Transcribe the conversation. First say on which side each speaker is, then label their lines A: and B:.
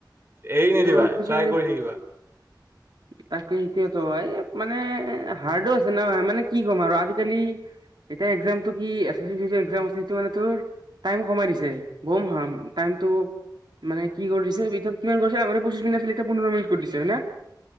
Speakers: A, on the right; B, on the right.
A: এৰি নিদিবা
B: ত পিছে
A: ট্ৰাই কৰি থাকিবা।
B: তাকে সেইটোয় ত, এই মানে হাৰ্ডো আছে ন, মানে কি ক'ম আৰু আজিকালি এতিয়া এক্সামটো কি এচ এচ বি যিটো এক্সাম আছে সেইটো মানে ত টাইম কমাই দিছে, ব'ম ৰ্হাম টাইমটো মানে কি কৰি দিছে কিমান আগতে পঁচিছ মিনিট আছিল এতিয়া পোন্ধৰ মিনিট কৰি দিছে, হয় ন।